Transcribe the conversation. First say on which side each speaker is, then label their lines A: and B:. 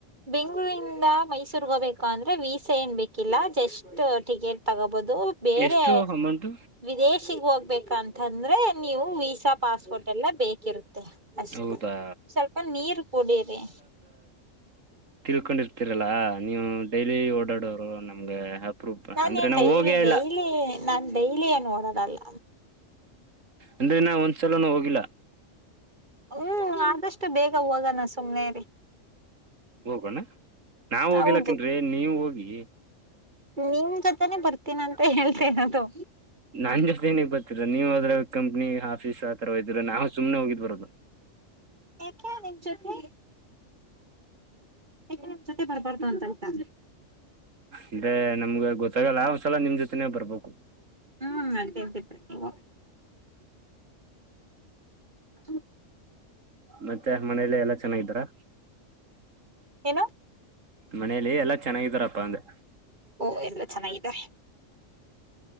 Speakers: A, on the right; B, on the right.
A: ಬೆಂಗಳೂರಿಂದ ಮೈಸೂರ್ ಹೋಗಬೇಕು ಅಂದ್ರೆ ವೀಸಾ ಏನ್ ಬೇಕಿಲ್ಲ ಜಸ್ಟ್ ಟಿಕೆಟ್ ತಗೋಬೋದು ಬೇರೆ
B: ಎಷ್ಟು ಅಮೌಂಟ್
A: ವಿದೇಶಿಗ್ ಹೋಗ್ಬೇಕಂತಂದ್ರೆ ನೀವು ವೀಸಾ ಸ ಪಾಸ್ಪೋರ್ಟ್ ಎಲ್ಲ ಬೇಕಿರುತ್ತೆ ಅಷ್ಟೇ
B: ಹೌದಾ
A: ಸ್ವಲ್ಪ ನೀರ್ ಕುೂಡಿರಿ
B: ತಿಳಕೊಂಡಿರು ಗತ್ತರಲ್ಲ ನೀವು ಡೈಲಿ ಓಡಾಡೋರು ನಮ್ಗೆ ಅಪ್ರೂವ್
A: ನಾನೇನ್
B: ಅಂದ್ರೆ ನಾವು
A: ಡೈಲಿ
B: ಹೋಗೇ ಇಲ್ಲ
A: ಡೈಲಿ ನಾನ್ ಡೈಲಿ ಏನ್ ಓಡೋಡಲ್ಲ
B: ಅಂದ್ರೆ ನ ಒಂದ್ಲ ಹೋಗಿಲ್ಲ
A: ಹ್ಮ್ ಆದಷ್ಟು ಬೇಗ ಹೋಗೋಣ ಸುಮ್ನೆರಿ
B: ಹೋಗೋಣ ನಾವ ಹೋಗಿಲಾಕನ್
A: ಹೌದು
B: ನೀವು ಹೋಗಿ
A: ನಿಮ ಜೊತೆನೆ ಬರ್ತೀನ ಅಂತ ಹೇಳ್ತರಿದು
B: ನಾನ್ ಜತೆ ಏನಕೆ ಬರ್ತಿೀರ ನೀವು ಅದ್ರಾಗ ಕಂಪ್ನಿ ಆಫೀಸ್ ಆತರೋದಿದರಾ ನಾವು ಸುಮನೆ ಹೋಗಿದ್ ಬರೋದು
A: ಏಕೆ ನಿಮ್ ಜೊತೆ ಏಕೆ ನಿಮ್ ಜೊತೆ ಬರಬಾರದು ಅಂತ ನಾ
B: ಅಂದ್ರೆ ನಮ್ಗ ಗೊತ್ತಾಗಲ್ಲ ಒಂದ್ಸಲ ನಿಮ್ ಜೊತೆನೆೇ ಬರ್ಬೇಕು
A: ಹ್ಮ್ <unintelligible> ನೀವು ಹ್ಮ
B: ಮತ್ತೆ ಮನೇಲಿ ಎಲ್ಲಾ ಚೆನ್ನಾಗಿದ್ದಾರ
A: ಏನು
B: ಮನೇಲಿ ಎಲ್ಲಾ ಚೆನ್ನಾಗಿದಾರಪ್ಪ ಅಂದೇ
A: ಓ ಎಲ್ಲ ಚೆನ್ನಾಗಿದೆ